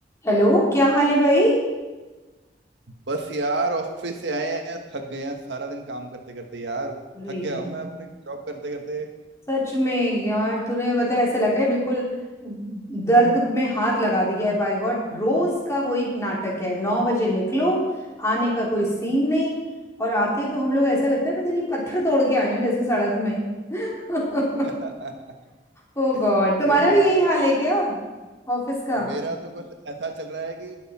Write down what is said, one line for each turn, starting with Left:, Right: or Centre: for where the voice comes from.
Left: Hello क्या हाल है भाई
Right: बस यार ऑफिस से आए हैं थक गए हैं सारा दिन काम करते करते यार
Left: अरे
Right: थक गया
Left: यार
Right: हूं मैं अपने जॉब करते करते
Left: सच में यार तूने मतलब ऐसा लग रहा है बिल्कुल दर्द में हाथ लगा दिया है बाय गॉड रोज का वही नाटक है नौ बजे निकलो आने का कोई सीन नहीं और आते तो हम लोग ऐसा लगता है पता नहीं पत्थर तोड़ के आए हो जैसे सड़क में <laughs>
Right: <laughs>
Left: ओ गॉड तुम्हारा
Right: अरे यार
Left: भी यही हाल है क्या ऑफिस का
Right: मेरा तो बस ऐसा चल रहा है कि